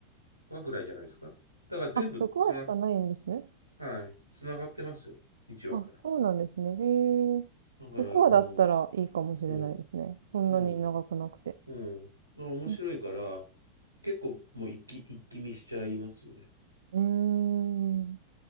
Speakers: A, on the right (about 85°); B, on the right (about 65°).
A: 話ぐらいじゃないですか。だから全部つな、
B: あ、6話しかないんですね。
A: はい、つながってますよ。1話から。
B: あ、そうなんですね。へえ。
A: だから、
B: 6話だったらいいかもしれないですね。
A: あの、うん、
B: そんなに長くなくて。
A: うん、うん。まあ面白いから、
B: うん。
A: 結構もう一気、一気見しちゃいますよね。
B: うーん。